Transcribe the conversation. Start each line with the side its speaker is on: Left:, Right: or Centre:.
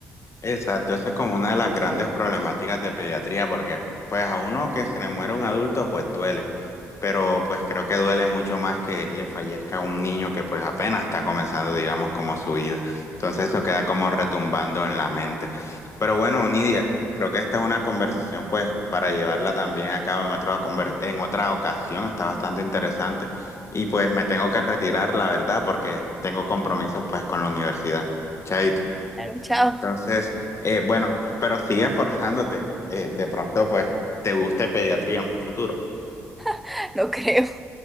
Left: Exacto, esa es como una de las grandes problemáticas de pediatría, porque pues a uno que se le muere un adulto, pues duele, pero pues creo que duele mucho más que le fallezca un niño que pues apenas está comenzando, digamos, como su vida. Entonces eso queda como retumbando en la mente. Pero bueno, Nidia, creo que esta es una conversación pues para llevarla también a cabo en otra conver- en otra ocasión, está bastante interesante y pues me tengo que retirar, la verdad, porque tengo compromisos pues con la universidad. Chaito.
Centre: Claro, chao,
Left: Entonces, eh, bueno, pero sigue esforzándote. Eh, de pronto, pues, te guste pediatría en un futuro.
Centre: <laughs> no creo.